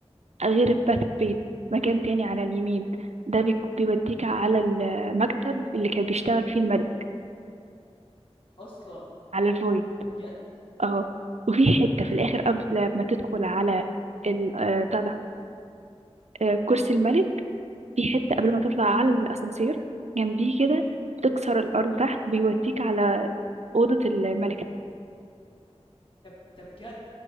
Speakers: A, on the right; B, on the left.
A: غير الباث بين مكان تاني على اليمين ده بيك- بيوديك على المكتب اللي كان بيشتغل فيه الملك
B: اصلا
A: على الفويد
B: ده بجد
A: اه وفي حتة في الآخر قبل ما تدخل على ال- آه، بتاع ده آه، كرسي الملك في حتة قبل ما تطلع على الأسانسير جنبيه كده بتكسر الأرض
B: اه
A: تحت بيوديك على أوضة الملكة
B: ده ده بجد